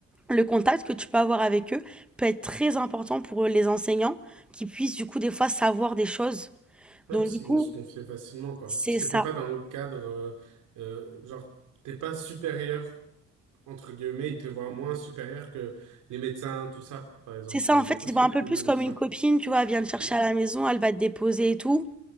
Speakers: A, in the centre; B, on the right.
A: le contact que tu peux avoir avec eux peut être très important pour euh, les enseignants, qui puissent, du coup, des fois, savoir des choses.
B: Ouais,
A: Donc,
B: parce
A: du
B: qu'ils
A: coup,
B: vont se confier facilement, quoi.
A: c'est
B: Parce que
A: ça.
B: t'es pas dans le cadre, euh, euh, genre, t'es pas supérieur, entre guillemets, ils te voient moins supérieur que les médecins, tout ça, par exemple.
A: C'est ça,
B: Donc,
A: en fait,
B: du coup,
A: ils
B: c'est
A: te voient un
B: plus
A: peu plus comme
B: simple.
A: une copine, tu vois, elle vient te chercher
B: <clears throat>
A: à la maison, elle va te déposer et tout.